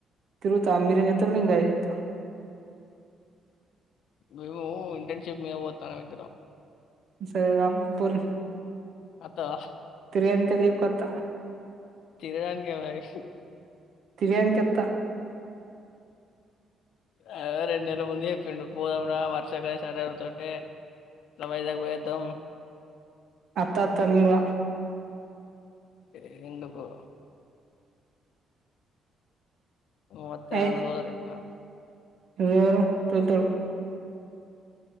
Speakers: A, on the right; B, on the left.
A: తిరుగుత మీరంచేతరు నేనుగాచేత
B: <unintelligible> ఇంటర్ షిప్ <unintelligible>
A: సరే రాం పోలే
B: అత్తవా
A: ప్రయానికి <unintelligible> పోత
B: తినడానికే మరి
A: తినేదానిక వత్త
B: అద రెండు నేల ముందే చెప్పిండు పోదాం రా వర్ష గా సండ పడుతుటే అట్లా వైజాగ్ పోయొద్దం
A: అత్త అత్తా నింగ్వ
B: ఏ ఎందుకో <unintelligible>
A: అయ్ <unintelligible>